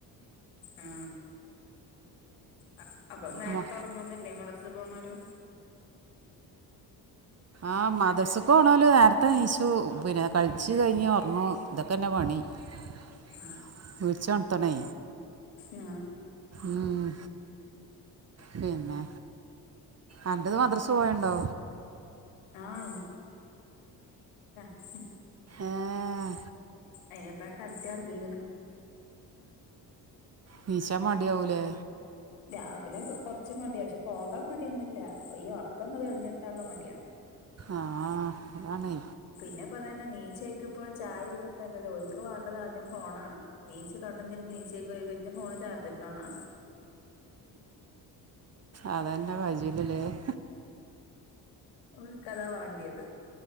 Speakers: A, on the left; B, on the right.
A: ആ അ അപ്പൊ നേരത്തെ
B: മോ
A: ഉറങ്ങൊന്നില്ലേ മദ്രസെപോണവരു
B: ആ മദ്രസെക്ക് പോണോര് നേരത്തെ എണീച്ചു പിന്നെ കഴിച്ചു കഴിഞ്ഞ് ഒറങ്ങു ഇതൊക്കെ തന്നെ പണി ഉ
A: ആ
B: വിളിച്ചൊണത്തണെ
A: ആ
B: ഇം പിന്നെ അവിടുന്ന് മദ്രസ പോയെണ്ടോ
A: ആഹ് ഉ
B: ഏഹ്
A: അയിനിപ്പ കിടത്തി ഉറക്കിയേക്കണ്
B: എണിച്ച മടിയാവൂലേ
A: രാവിലെ കൊറ ച്ച് മടിയ പക്ഷെ പോകാൻ മടിയൊന്നുല്ല ഈ ഒറക്കം ഒന്ന് തെളിഞ്ഞിട്ടാനുള്ള മടിയാ
B: ആ അതാണെ
A: പിന്നെ ഇപ്പ അതന്നെ ണീച്ചക്കപ്പോ ഇപ്പോ ചായിതൊന്നുംല്ലല്ലോ ഓൽക്ക് വേണ്ടത് ആദ്യം ഫോണാണ് ണീച്ച് <unintelligible> എന്തിന് മീച്ചക്ക് പോയി കഴിഞ്ഞ ഫോൺ ചാർജ്ണ്ടാന്നാണ്
B: അതെന്റെ <unintelligible>
A: ഓരുക്കത വേണ്ടിയത്